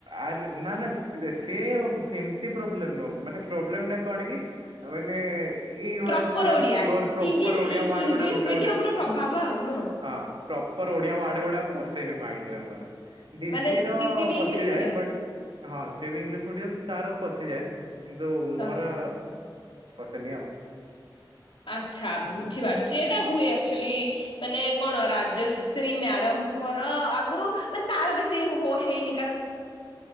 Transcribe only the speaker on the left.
ପ୍ରପର
Odia
ଇଂଲିଶ
ଇଂଲିଶ
ମିଡିୟମ
ର ପ୍ରଭାବ
ଆଉ ନୁହଁ।
ମାନେ ଦିଦି ବି
ଇଂଲିଶ ମିଡିୟମ
ଆଚ୍ଛା।
ଆଚ୍ଛା ବୁଝିପାରୁଚି ଏଇଟା ହୁଏ ଆକ୍ଚୋଲି ମାନେ କଣ ରାଜଶ୍ରୀ ମ୍ୟାଡମ୍ । ଙ୍କର ଆଗରୁ ମାନେ ତାର ବେଶୀ ହୋ ହେଇନି ।